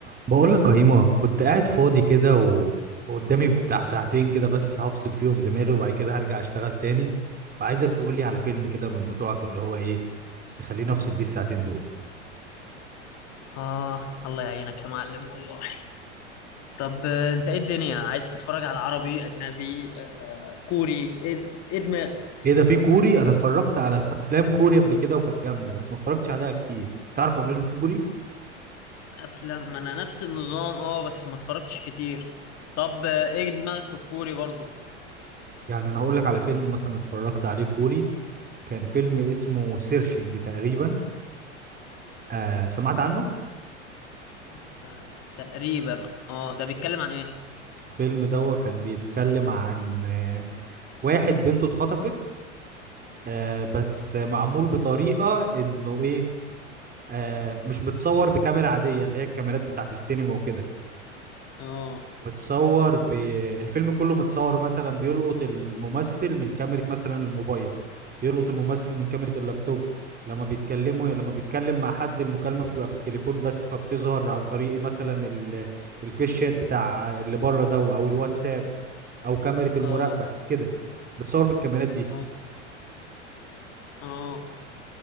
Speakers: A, on the right; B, on the left.
A: بقول لك يا هيما كنت قاعد فاضي كده و- وقدامي بتاع ساعتين كده بس هفصل فيهم دماغي وبعد كده هرجع اشتغل تاني فعايزك تقولي على فيلم كده من بتوعك اللي هو ايه تخليني افصل بيه الساعتين دول
B: آه الله يعينك يا معلم والله طب آه، أنت إيه الدنيا عايز تتفرج على عربي أجنبي آه، كوري إيه إيه دماغك
A: ايه ده في كوري انا اتفرجت على افلام كوري قبل كده وكانت جامدة بس ما اتفرجتش عليها كتير تعرف افلام كوري
B: أفلام ما أنا نفس النظام أه بس ما اتفرجتش كتير طب آه، إيه دماغك في الكوري برضو
A: يعني انا هقول لك على فيلم مثلا اتفرجت عليه كوري كان فيلم اسمه سيرشنج تقريبا آه سمعت عنه
B: بس آه، تقريبا أه ده بيتكلم عن إيه
A: الفيلم ده كان بيتكلم عن آه واحد بنته اتخطفت آه بس معمول بطريقة انه ايه آه مش متصور بكاميرا عادية اللي هي الكاميرات بتاعت السينما وكده
B: أه
A: متصور ب... الفيلم كله متصور مثلا بيلقط الممثل من كاميرا مثلا الموبايل بيلقط الممثل من كاميرا اللابتوب لما بيتكلموا لما بيتكلم مع حد المكالمة بتبقى في التليفون بس فبتظهر عن طريق مثلا ال... الفيش شات بتاع اللي بره ده او الواتساب او كاميرا المراقبة
B: أه
A: كده بتصور بالكاميرات دي
B: أه أه